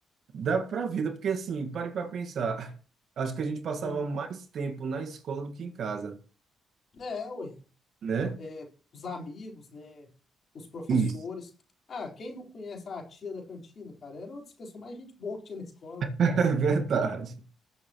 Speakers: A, on the right; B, on the left.
A: da pra vida, porque, assim, pare para pensar. <laughs> Acho que a gente passava
B: hum.
A: mais tempo na escola do que em casa,
B: É, ué.
A: né?
B: é, os amigos, né? Os professores.
A: Isso. <laughs>
B: Ah, quem não conhece a tia da cantina, cara? Era uma das pessoas mais gente boa que tinha na escola.
A: É verdade.